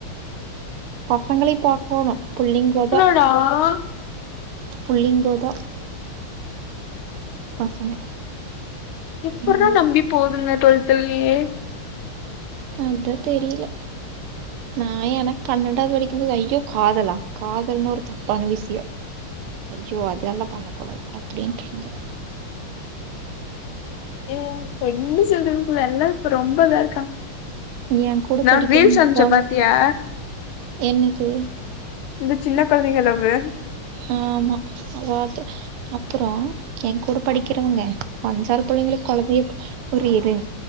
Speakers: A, on the right; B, on the left.
A: பசங்களைய் பாக்கோணு புள்ளிங்கோதா
B: லா
A: புள்ளிங்கோதா பசங்க
B: எப்பர்ரா
A: ம்,
B: நம்பி போதுங்க ட்வல்துல்யே
A: அத்தா தெரில நா எனக் பன்னெண்டாவ் படிக்கும்போது ஐய்யோ காதலா காதல்னா ஒரு தப்பான விஸ்யோ ஐயோ அதெல்லா பண்ணக்க கூடாது அப்டின்ட்ருந்தே
B: ஏ ஒன்னு சொல்றதுக்கில்ல எல்லா ப்ப ரொம்ப வேர்க்கா
A: என் கூட
B: நா
A: படிக்கிற
B: ரீல்ஸ்
A: முக்காவாசி
B: அம்ச்சே பாத்தியா
A: என்னது
B: இது சின்ன கொழந்தைங்க லவ்வு
A: ஆமா அதாது அப்புறோ என் கூட படிக்கிறவங்க வஞ்சாறு பிள்ளைங்களுக் கொழந்தையேப் புரியிரு